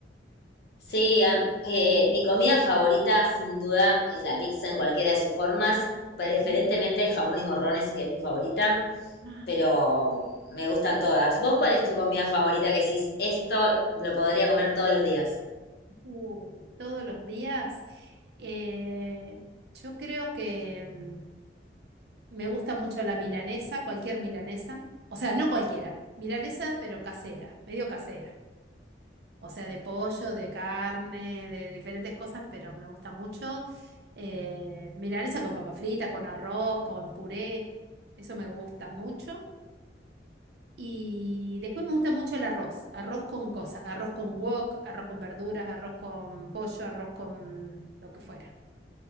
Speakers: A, on the left; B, on the right.
A: Sí, a- eh, mi comida favorita sin duda es la pizza en cualquiera de sus formas, preferentemente
B: Mm.
A: jamón y morrones, que es mi favorita,
B: Ah.
A: pero me gustan todas. ¿Vos cuál es tu comida favorita que decís, esto lo podría comer todos los días?
B: Uy, todos los días. eh, yo creo que mm, me gusta mucho la milanesa, cualquier milanesa. O sea, no cualquiera. Milanesa, pero casera, medio casera. O sea, de pollo, de carne, de diferentes cosas, pero me gusta mucho. eh, milanesa con papas fritas, con arroz, con puré. Eso me gusta mucho. Y después me gusta mucho el arroz, arroz con cosas, arroz con wok, arroz con verduras, arroz con pollo, arroz con lo que fuera.